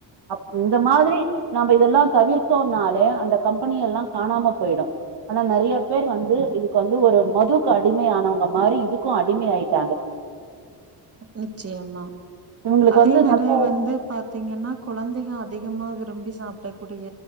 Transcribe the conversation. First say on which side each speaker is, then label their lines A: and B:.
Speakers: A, on the right; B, on the right.
A: அப் இந்த மாதிரி நாம்ப இதெல்லா தவிர்த்தோனாலே அந்த கம்பெனி எல்லா காணாம போய்டு ஆனா நெறியா பேர் வந்து இதுக்கு வந்து ஒரு மதுக்கு அடிமையானவங்க மாரி இதுக்கு அடிமையாய்ட்டாங்க
B: நிச்சியமா
A: இவுங்களுக்கு
B: அதே
A: வந்து
B: மாரி
A: நல்ல
B: வந்து பாத்தீங்கன்னா குழந்திக அதிகமா விரும்பி சாப்டக்குடிய